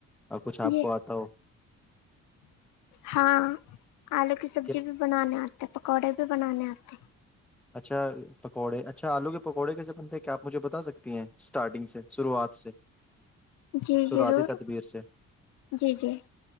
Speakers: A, in the centre; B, on the left.
A: آ، کچھ آپ
B: ج
A: کو آتا ہو
B: ہاں آلو کی سبزی
A: کہ-
B: بھی بنانے آتی ت پکوڑے بھی بنانے آتے
A: اچھا پکوڑے اچھا آلو کے پکوڑے کیسے بنتے ہیں کیا آپ مجھے بتا سکتی ہیں اسٹارٹنگ سے شروعات سے
B: جی
A: صرعاتی
B: ضرور
A: تدبیر سے
B: جی جی